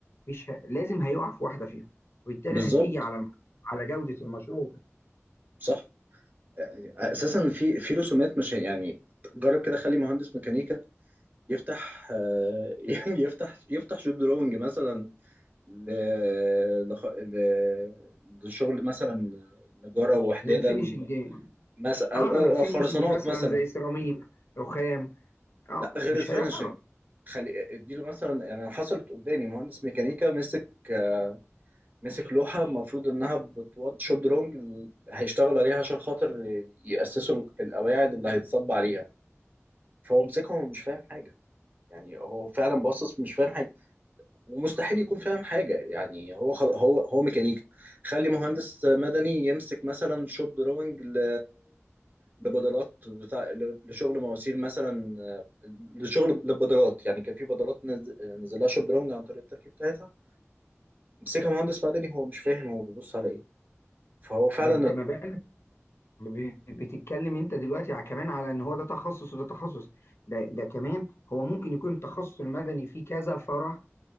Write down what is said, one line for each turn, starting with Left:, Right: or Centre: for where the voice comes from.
Left: مش ه... لازم هيقع في واحدة فيهم وبالتالي
Right: بالظبط
Left: هتيجي على الم... على جودة المشروع كده.
Right: صح يعني اساسا في في رسومات مش يعني جرب كده خلي مهندس ميكانيكا يفتح آه، <laughs> يعني يفتح يفتح شوب دروينج مثلا ل... لخ... ل... لشغل مثلا نجارة وحدادة
Left: للفينيشنج
Right: ال- مثلا
Left: اه فينيشنج
Right: خرسانات
Left: مثلا
Right: مثلا
Left: زي سيراميك رخام اه
Right: لا غير
Left: مش
Right: الفينشنج
Left: هيعرف
Right: خلي اديله مثلا يعني حصلت قدامي مهندس ميكانيكا مسك آه، مسك لوحة المفروض إنها بتوض شوب درونج ال- هيشتغلوا عليها عشان خاطر يأسسوا ال- القواعد اللي هيتصب عليها فهو مسكهم ومش فاهم حاجة يعني هو فعلا باصص مش فاهم حاجة ومستحيل يكون فاهم حاجة يعني هو خل... هو هو ميكانيكا خلي مهندس مدني يمسك مثلا شوب درونج ل... لبدلات بتاع ل- لشغل مواسير مثلا آه، لشغل للبدلات يعني كان في بدلات نز... نزل لها شوب درونج عن طريق التركيب بتاعتها مسكها مهندس مدني هو مش فاهم هو بيبص على ايه فهو فعلا
Left: ده انت مبالغ ب- بتتكلم انت دلوقتي ع- كمان على ان هو ده تخصص وده تخصص ده ده كمان هو ممكن يكون التخصص المدني فيه كذا فرع